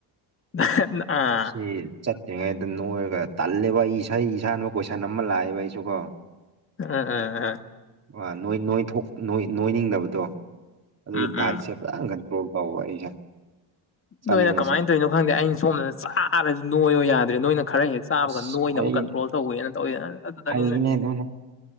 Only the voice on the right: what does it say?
ꯑꯁꯤ ꯆꯠꯇ꯭ꯔꯤꯉꯩꯗ ꯅꯣꯏꯔꯒ ꯇꯜꯂꯦꯕ ꯑꯩ ꯏꯁꯩ ꯏꯁꯥꯅꯁꯨ ꯀꯣꯏꯁꯟ ꯑꯃ ꯂꯥꯛꯑꯦꯕ ꯑꯩꯁꯨ ꯀꯣ
ꯑꯥ ꯅꯣꯏ ꯅꯣꯢ ꯊꯣꯛ ꯅꯣꯏꯅꯤꯡꯗꯕꯗꯣ ꯑꯗꯨꯒꯤ
ꯗꯥꯏꯠꯁꯦ
<unintelligible> ꯀꯟꯇ꯭ꯔꯣꯜ ꯇꯧꯕ ꯑꯩꯁꯦ ꯆꯥꯅꯤꯡꯉꯁꯨ
ꯑꯁ
ꯑꯩ
ꯐꯩꯅꯦ ꯑꯗꯨꯅ